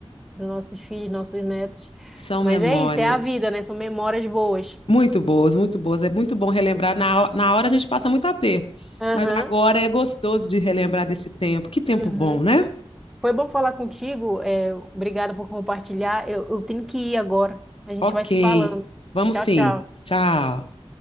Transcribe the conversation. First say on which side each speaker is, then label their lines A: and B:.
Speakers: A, in the centre; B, on the left (about 60°).
A: para nossos filhos, nossos netos.
B: são
A: Mas
B: memórias.
A: é isso, é a vida, né? São memórias boas.
B: Muito boas, muito boas. É muito bom relembrar. Na, ho- na hora a gente passa muito aperto,
A: Aham.
B: mas agora é gostoso de relembrar desse tempo. Que tempo
A: Uhum.
B: bom, né?
A: Foi bom falar contigo. É, obrigada por compartilhar. Eu, eu tenho que ir agora. A gente
B: Ok,
A: vai se falando.
B: vamos
A: Tchau,
B: sim.
A: tchau.
B: Tchau.